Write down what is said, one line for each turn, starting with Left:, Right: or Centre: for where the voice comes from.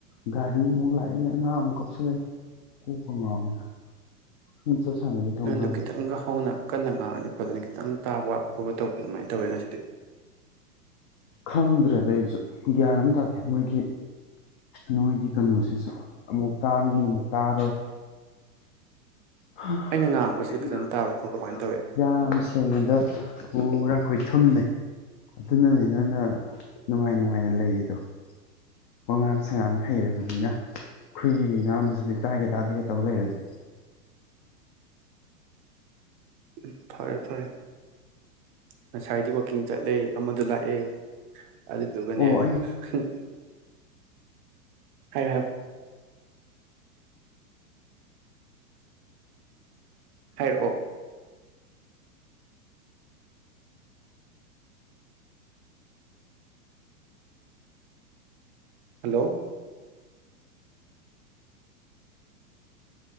Left: ꯒꯥꯔꯤ ꯃꯨꯛ ꯂꯥꯛꯏ ꯑꯉꯥꯡꯃꯨꯛ ꯀꯥꯞꯁꯤꯜꯂꯛꯏ ꯀꯣꯛꯀ ꯉꯥꯎꯏꯗ ꯁꯨꯝ ꯆꯠ ꯁꯥꯟꯅꯔꯤ ꯊꯣꯡꯒꯥꯟꯗ
Right: ꯅꯪꯗꯣ ꯈꯤꯇꯪꯒ ꯍꯧꯅ ꯀꯟꯅ ꯉꯥꯡꯉꯗꯤ ꯐꯗꯣꯏꯅꯤ ꯈꯤꯇꯪ ꯇꯥꯕ ꯋꯥꯠꯄ ꯈꯣꯠꯄ ꯇꯧꯕ ꯑꯗꯨꯃꯥꯏꯅ ꯇꯧꯋꯦ ꯉꯁꯤꯗꯤ
Left: ꯈꯪꯗ꯭ꯔꯦꯗ ꯑꯩꯁꯨ <unintelligible> ꯒ꯭ꯌꯥꯟ ꯑꯃ ꯇꯥꯗꯦ ꯃꯣꯏꯒꯤ ꯅꯣꯏꯒꯤ ꯀꯩꯅꯣꯁꯤꯁꯨ ꯑꯃꯨꯛ ꯇꯥꯅꯤ ꯑꯃꯨꯛ ꯇꯥꯔꯣꯏ ꯍꯥ
Right: ꯑꯩꯅ ꯉꯥꯡꯕꯁꯤꯗꯤ
Left: ꯑꯩꯅ
Right: ꯐꯖꯅ
Left: ꯉꯥꯡꯕꯁꯦ
Right: ꯇꯥꯕ꯭ꯔꯥ ꯈꯣꯠꯄ꯭ꯔꯥ
Left: ꯐꯖꯅꯥ
Right: ꯀꯃꯥꯏꯅ ꯇꯧꯋꯤ
Left: ꯇꯥꯕ꯭ꯔꯥ ꯌꯥꯝ ꯁꯦꯡꯉꯦꯗꯣ ꯄꯨꯔꯥꯈꯣꯏ ꯊꯨꯝꯅꯩ ꯑꯗꯨꯅꯅꯦ ꯅꯪꯅ ꯅꯨꯡꯉꯥꯏ ꯅꯨꯡꯉꯥꯏꯅ ꯂꯩꯔꯤꯗꯣ ꯋꯥꯉꯥꯡ ꯁꯉꯥꯡꯅ ꯍꯩꯔꯕꯅꯤꯅ ꯑꯩꯈꯣꯏꯒꯤ ꯉꯥꯡꯕꯁꯤꯗꯤ ꯇꯥꯒꯦ ꯇꯥꯗꯦꯒ ꯇꯧ ꯂꯩꯔꯦꯗꯣ
Right: ꯎꯝ ꯐꯔꯦ ꯐꯔꯦ ꯉꯁꯥꯏꯗꯤ ꯋꯀꯤꯡ ꯆꯠꯂꯦ ꯑꯃꯗꯣ ꯂꯥꯛꯑꯦ ꯑꯗꯨꯗꯨꯒꯅꯦ
Left: ꯑꯣ ꯑꯩ
Right: ꯍꯝ ꯍꯥꯢꯌꯣ ꯍꯥꯏꯌꯣ ꯍꯥꯏꯔꯛꯑꯣ ꯍꯜꯂꯣ